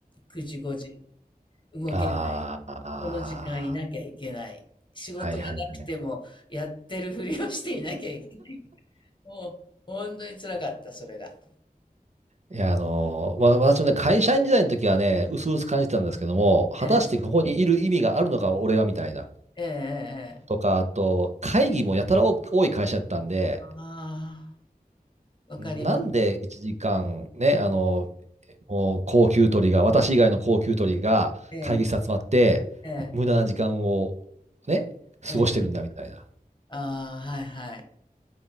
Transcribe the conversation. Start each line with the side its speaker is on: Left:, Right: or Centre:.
Left: 9時、5時、動けない。
Right: ああ、
Left: この時間いなきゃいけない。仕事がなくても、
Right: はいはいはい。
Left: やってるふりをしていなきゃいけない。もう、本当に辛かった、それが。
Right: いや、あのーまあ、私もね、会社員時代の時はね、うすうす感じてたんですけども、果たしてここにいる意味があるのか、
Left: ええ、
Right: 俺はみたいな。
Left: ええ、ええ。ええ
Right: とか、あと、会議もやたら多多い会社だったんで、
Left: ああ、わかります。
Right: なんで1時間ね、あのもう高給取りが、私以外の高給取りが会議室集まって、
Left: ええ、ええ、
Right: 無駄な時間をね、過ごしてるんだみたいな。
Left: ええ。ああ、はいはい。